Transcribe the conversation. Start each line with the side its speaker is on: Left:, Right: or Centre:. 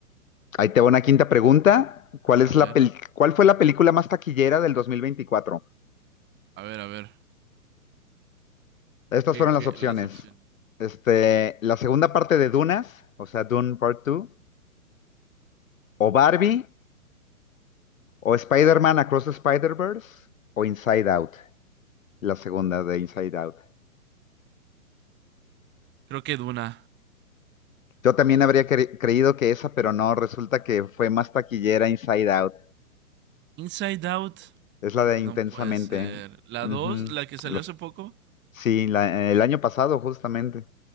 Left: te va una quinta pregunta. ¿Cuál es
Right: A ver,
Left: la peli, cuál fue la película más taquillera del 2024?
Right: a ver, a ver.
Left: Estas
Right: ¿Qué, qué,
Left: fueron
Right: qué-
Left: las opciones.
Right: las opciones?
Left: Este, la segunda parte de Dunas, o sea, Dune Part 2, o Barbie, o Spider-Man Across the Spider-Verse, o Inside Out. La segunda de Inside Out.
Right: Creo que Duna.
Left: Yo también habría cre- creído que esa, pero no, resulta que fue más taquillera Inside Out.
Right: Inside Out.
Left: Es la
Right: No
Left: de Intensamente.
Right: puede ser. La
Left: Ujú.
Right: dos la que salió
Left: Los-
Right: hace poco.
Left: sí, la- el año pasado justamente.